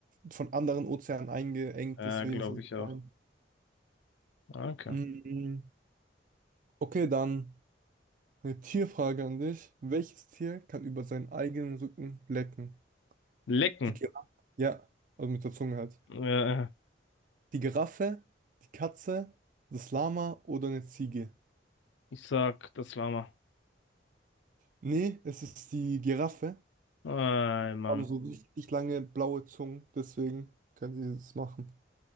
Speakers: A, on the right; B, on the left.
A: von anderen Ozeanen eingeengt,
B: Äh,
A: deswegen
B: glaube
A: ist es
B: ich
A: so
B: auch.
A: klein.
B: Danke.
A: Mhm. Okay, dann eine Tierfrage an dich. Welches Tier kann über seinen eigenen Rücken lecken?
B: Lecken.
A: Die Giraffe. Ja, also mit der Zunge halt.
B: Äh,
A: Die Giraffe, die Katze, das Lama oder eine Ziege?
B: Ich sag, das Lama.
A: Nee, es ist die Giraffe.
B: Ey, Mann.
A: Haben so richtig lange blaue Zungen, deswegen können sie das machen.